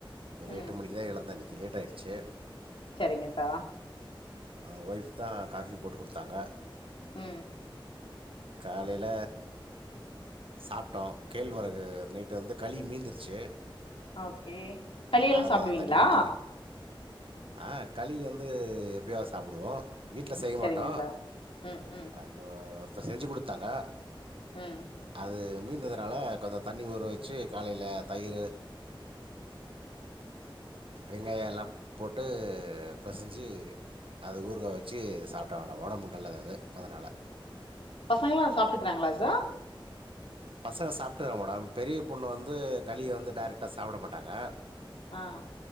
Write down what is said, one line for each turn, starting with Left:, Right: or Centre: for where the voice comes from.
Right: ஒரு
Left: ம்
Right: எட்டு மணிக்குதா எழந்தே இன்னி இன்னைக்கு லேட் ஆயிடுச்சு
Left: சரிங்க சா
Right: ஆ ஒய்ப்தா காஃபி போட்டு குடுத்தாங்க
Left: ம்
Right: காலைல சாப்ட்டோ கேழ்வரகு நைட்டு வந்து களி மீந்துருச்சு
Left: ஓகே களியெல்லா
Right: அத
Left: சாப்டுவீங்களா
Right: தண்ணி ஊத்தி ஆ களி வந்து எப்பயாது சாப்பிடுவோ வீட்ல செய்ய
Left: சரிங்க
Right: மாட்டோ
Left: சார் ம் ம்
Right: அங்கே ஒருத் இப்ப செஞ்சு குடுத்தாங்க
Left: ம்
Right: அது மீந்து இதுனால கொஞ்ச தண்ணி ஊற வச்சு காலைல தயிரு வெங்காயோ எல்லா போட்டு பெசைஞ்சு அது ஊறுகா வச்சு சாப்பிட்டா அட உடம்புக்கு நல்லது அது அதனால
Left: பசங்லா அத சாப்ட்டுக்றாங்களா சார்
Right: பசங்க சாப்பிட்டுதாங்க மேடம் பெரிய பொண்ணு வந்து கலிய வந்து டேரைக்டா சாப்பிட மாட்டாங்க
Left: ஆஹா